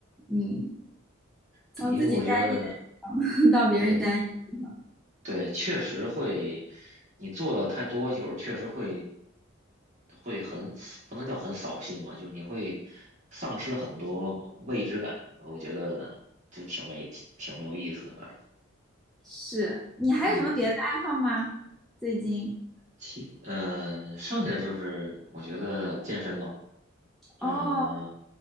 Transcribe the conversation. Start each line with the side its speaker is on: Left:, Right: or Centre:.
Centre: 嗯，从自己待腻的
Right: 对，因为我觉得，
Centre: <laughs> 到别人待腻的地方。
Right: 对，对，确实会，你做的太多，有时候确实会会很死不能叫很扫兴吧，就是你会丧失很多未知感，我觉得就挺没挺没有意思的，反正
Centre: 是，你还有什么别的爱好吗？
Right: 嗯，
Centre: 最近？
Right: 其嗯、呃，剩下的就是我觉得健身咯，嗯、
Centre: 哦，